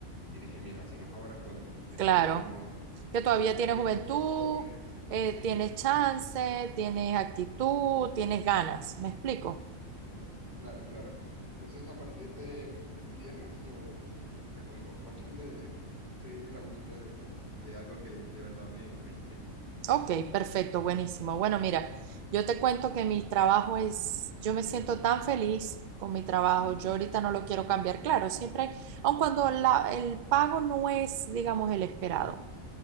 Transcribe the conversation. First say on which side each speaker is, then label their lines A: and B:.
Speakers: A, on the right; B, on the right.
A: y dije, mira, si no es ahora, ¿cuándo? Que
B: Claro.
A: todavía tengo,
B: Que todavía
A: tengo
B: tienes
A: tiempo,
B: juventud,
A: soy joven,
B: eh,
A: sí,
B: tienes chance, tienes actitud, tienes ganas. ¿Me explico?
A: Claro, claro, claro. Entonces, a partir de el viernes llevo, ¿cuánto? Hoy es que domingo. A partir de, <laughs> estoy en la búsqueda de, pues, de algo que de verdad me, me llene.
B: Ok, perfecto, buenísimo. Bueno, mira, yo te cuento que mi trabajo es, yo me
A: Punto.
B: siento tan feliz con mi trabajo,
A: Sí.
B: yo ahorita no lo quiero cambiar, claro, siempre, aun cuando la- el pago no es, digamos, el esperado.